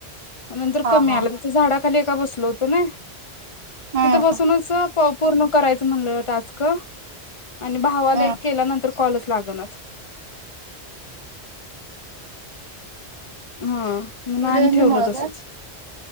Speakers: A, on the left; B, on the right.
A: नंतर
B: हा
A: कमी
B: हा
A: आला तिथ झाडात. खाली एका बसलो होतो नाय
B: हम्म
A: तिथं बसूनच अ पूर्ण करायचं म्हणलं टास्क आणि भावाला
B: हम्म.
A: केल्यानंतर कॉलच लागनच हम्म <unintelligible>
B: रेंजमुळं
A: ठेवलं तसच
B: काय?